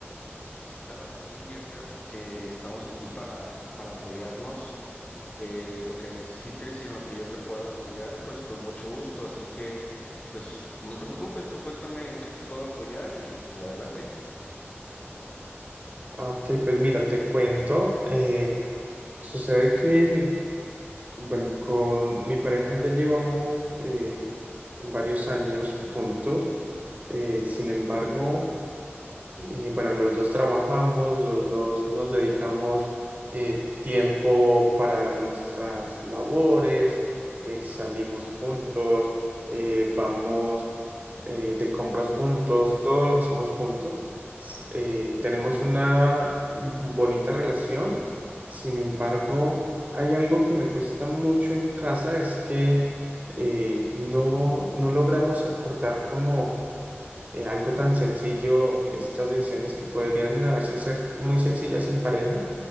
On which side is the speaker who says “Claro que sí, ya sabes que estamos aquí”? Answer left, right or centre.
Left